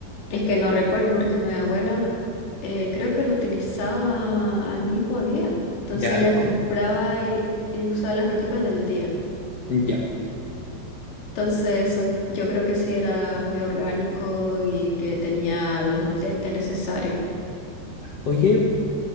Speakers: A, on the left (about 85°); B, on the left (about 55°).
A: es que no recuerdo porque mi abuela eh, creo que lo utilizaba al mismo día. Entonces
B: Ya
A: ella
B: entiendo.
A: compraba y, y usaba las verduras del día.
B: Ya.
A: Entonces eso yo creo que sí era muy orgánico y que tenía los nutrientes necesarios.
B: Oye,